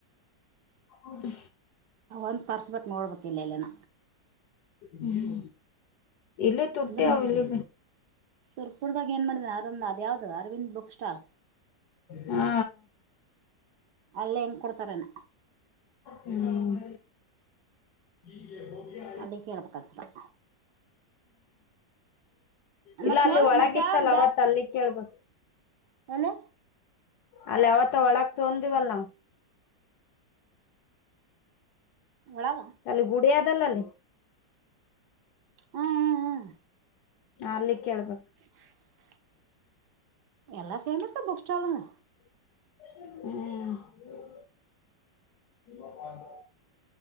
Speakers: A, on the left; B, on the right.
A: ಹೌದು.
B: ಒಂದ್ ಪರ್ಸ್ ಬಕ್ ನೋಡ್ಬೇಕು ಇಲ್ಲೆಲ್ಲಾನ.
A: ಹ್ಮ ಇಲ್ಲಿ ತುಟ್ಟೆ
B: ಅಂದ್ರೆ
A: ಅವ ಇಲ್ಲಿ
B: ಸುರ್ಪುರ್ದಾಗ ಏನ್ ಮಾಡಿದೆ, ಅರಂದ್ ಅದ ಯಾವ್ದು ಅರವಿಂದ್ ಬುಕ್ ಸ್ಟಾಲ್
A: ಹಾ
B: ಅಲ್ಲೇ ಹೆಂಗ್ ಕೊಡ್ತಾರನ?
A: ಹ್ಮ್ <unintelligible>
B: ಅಲ್ಲಿ ಕೇಳ್ಬೇಕು ಅನ್ಸಲ್ಲ
A: ಇಲ್ಲ
B: ಮತ್
A: ಅಲ್ಲಿ
B: ನೋಡ್ಬಕ್
A: ಒಳಗಿತ್ತಲ್ಲ
B: ಮತ್ ಯಾವನ್
A: ಅವತ್ ಅಲ್ಲಿ ಕೇಳ್ಬೋಕು.
B: ಏನ
A: ಅಲ್ಲಿ ಅವತ್ತ ಒಳಗ್ ತೊಂದಿವಲ್ಲ ನಾವು.
B: ಒಳಗ
A: ಅಲ್ಲಿ ಗುಡಿಯದಲ್ಲ ಅಲ್ಲಿ.
B: ಹ್ಮ್ ಹ್ಮ್ ಹ್ಮ್
A: ಅಲ್ಲಿ ಕೇಳ್ಬೇಕು.
B: <unintelligible> ಎಲ್ಲ ಸೇಮಿರ್ತ ಬುಕ್ ಸ್ಟಾಲನ್ನ.
A: ಹಂ